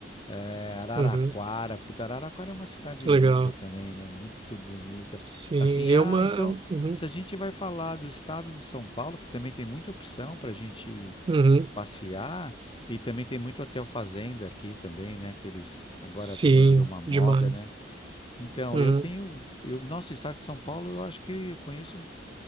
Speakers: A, on the left; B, on the right.
A: é, Araraquara.
B: uhum.
A: Puta, Araraquara é uma cidade
B: Legal.
A: linda também, né? Muito bonita.
B: Sim,
A: Assim,
B: é
A: ah,
B: uma.
A: então,
B: Uhum,
A: se a gente vai falar do estado de São Paulo, que também tem muita opção para a gente
B: uhum.
A: passear, e também tem muito hotel fazenda aqui também, né? Que eles agora
B: Sim,
A: também virou uma moda,
B: demais.
A: né? Então,
B: Uhum.
A: eu tenho, eu, nosso estado de São Paulo, eu acho que eu conheço